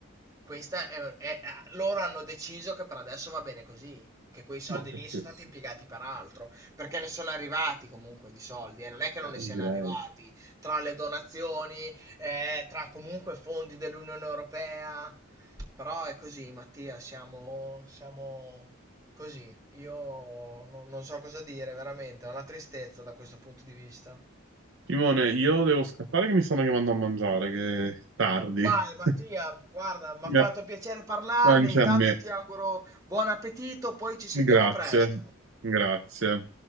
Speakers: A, on the right; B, on the right.
A: questa è- è- è- loro hanno deciso che per adesso va bene così. Che quei soldi
B: no, per
A: lì
B: questo,
A: sono stati impiegati per altro, perché ne sono arrivati comunque di soldi, eh, Non è che
B: eh,
A: non ne siano
B: direi.
A: arrivati tra le donazioni, eh, tra comunque fondi dell'Unione Europea. Però è così, Mattia, siamo, siamo Così, io no- non so cosa dire, veramente, è una tristezza da questo punto di vista.
B: Simone, io devo scappare che mi stanno chiamando a mangiare, che è tardi.
A: Vai Mattia,
B: <laughs>
A: guarda, mi
B: Ga-
A: ha fatto piacere parlarne,
B: Anche
A: intanto
B: a me.
A: ti auguro buon appetito, poi ci sentiamo
B: Grazie,
A: presto.
B: grazie.